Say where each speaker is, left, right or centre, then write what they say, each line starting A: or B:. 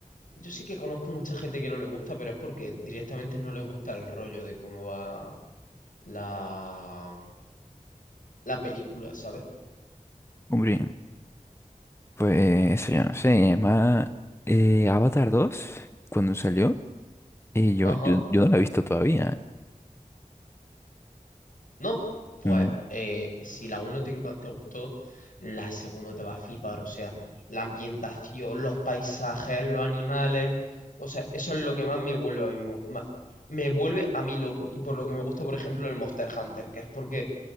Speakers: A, on the left; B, on the left.
A: Yo sí que conozco mucha gente que no le gusta, pero es porque directamente no le gusta el rollo de cómo va la, la película, ¿sabes?
B: Hombre, pues yo no sé, además eh, Avatar dos cuando salió y yo,
A: Ajá.
B: yo, yo no la he visto todavía. ¿eh?
A: No, pues
B: No,
A: eh, si la 1 te, enca- te gustó, la segunda te va a flipar. O sea, la ambientación, los paisajes, los animales. O sea, eso es lo que más me vuelve a mí, mo- ma- me vuelve a mí loco. Y por lo que me gusta, por ejemplo, el Monster Hunter, que es porque